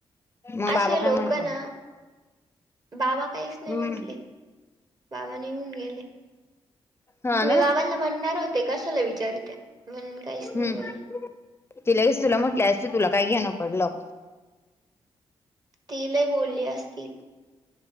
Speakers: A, on the left; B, on the right.
A: मग बाबा
B: असे
A: काय
B: लोक
A: म्हंटलं
B: ना बाबा काहीच नाही
A: हम्म
B: म्हंटले. बाबाां निघन गेले
A: हा ना
B: मी बाबांना म्हणणार होते कशाला विचारित. मण काहीच
A: हम्म
B: नाही बोलली.
A: ति लगेच तुला म्हटलं अस तुला काय घेणं पडलं.
B: ती लय बोलली असती.